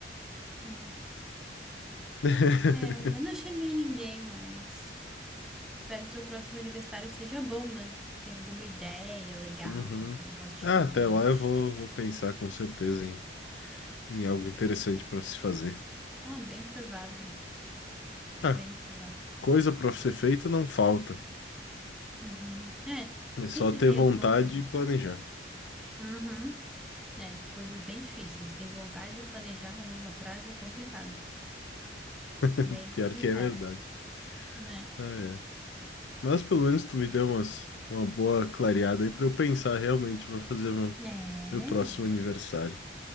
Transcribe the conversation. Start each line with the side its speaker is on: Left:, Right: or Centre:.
Centre: É,
Left: <laughs>
Centre: é, eu não chamei ninguém, mas. Espero que teu próximo aniversário seja bom, né? Tem alguma ideia legal,
Left: Uhum.
Centre: fazer um negócio diferente.
Left: Ah, até lá eu vou, vou pensar com certeza em, em algo interessante para se fazer.
Centre: Ah, bem provável,
Left: Ah,
Centre: bem provável.
Left: coisa para ser feita não falta.
Centre: Uhum. É,
Left: É
Centre: sempre
Left: só ter
Centre: tem
Left: vontade
Centre: alguma coisa.
Left: e planejar.
Centre: Uhum. É, coisas bem difíceis. Ter vontade de planejar na mesma frase é complicado.
Left: <laughs>
Centre: Bem complicado,
Left: Pior que é verdade.
Centre: né?
Left: Ah, é. Mas pelo menos tu me deu umas, uma boa clareada aí pra eu pensar realmente pra fazer meu,
Centre: É,
Left: meu próximo aniversário.